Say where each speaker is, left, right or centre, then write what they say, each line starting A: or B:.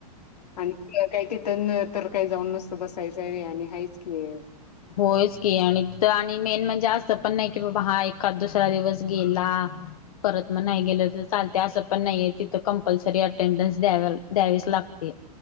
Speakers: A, on the left (about 80°); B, on the left (about 65°).
A: आणि काही तथन तर काही जाऊन नसतं बसायचं आहे आणि हाच की
B: होयच की आणि तर आणि मेन म्हणजे असं पण नाही की बाबा हा एका दुसरा दिवस गेला परत मग नाही गेलं तर चालते असं पण नाहीये तिथं कंपल्सरी अटेंडन्स द्या द्यावीच लागते.